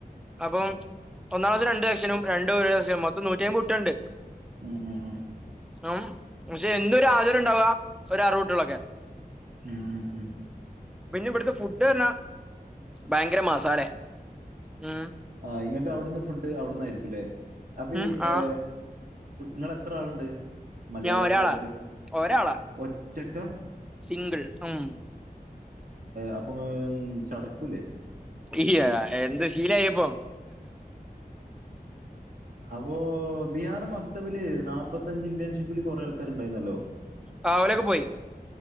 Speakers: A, in the centre; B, on the right.
A: അപ്പം ഒന്നാമത്തെ രണ്ട് സെക്ഷനും രണ്ടും ഒരു സെഷനും മൊത്തം നൂറ്റിമ്പ കുട്ടികള്ണ്ട്
B: ഉം ഉം ഉം
A: ഉം പക്ഷെ എന്ത ഒരു ആജർ ഉണ്ടാവ ഒരു അറുകുട്ടികളൊക്കെ
B: ഉം ഉം ഉം
A: പിന്നെ ഇവിടുത്തെ ഫുഡ്ന്നാ ഭയങ്കര മസാലെ ഉം
B: ആ നിങ്ങൾക്ക് അവിടുന്ന് ഫുഡ് അവിടുന്നയിരിക്കും അല്ലേ അപ്പൊ
A: ഉം
B: ഈ
A: ആ
B: ഏ നിങ്ങളെത്ര ആളുണ്ട് മലയാളികളായിട്ട്
A: ഞാൻ ഒരാളാ ഒരാളാ
B: ഒറ്റക്ക
A: സിംഗിൾ ഉം
B: അപ്പൊ ചടക്കൂല്ലേ
A: ഇയ്യ എന്ത് ശീലയപ്പൊ
B: അപ്പൊ ബിഹാർ മക്തവില് നാപത്തഞ്ച് ഇന്റേൺഷിപ്പില് കൊറേ ആൾക്കാര്ണ്ടായിരുന്നല്ലോ
A: ആ അവലൊക്കെ പോയി